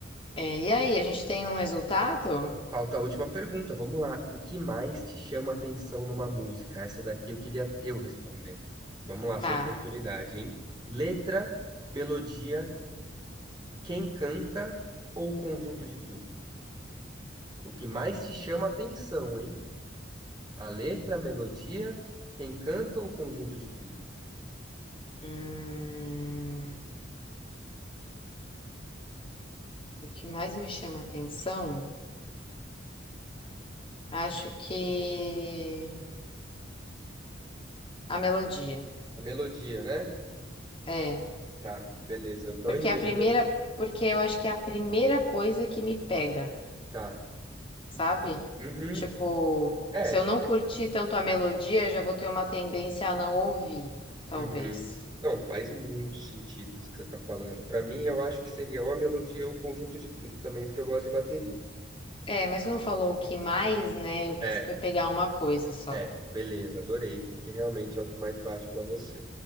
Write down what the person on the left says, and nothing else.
É, e aí, a gente tem um resultado?
Tá.
Hum, o que mais me chama atenção, acho que a melodia.
É,
porque
a primeira, porque eu acho que é a primeira coisa que me pega,
sabe?
Tipo,
se eu não curtir tanto a melodia, eu já vou ter uma tendência a não ouvir, talvez.
É, mas como falou o que mais, né? Eu quis
pegar é uma coisa só.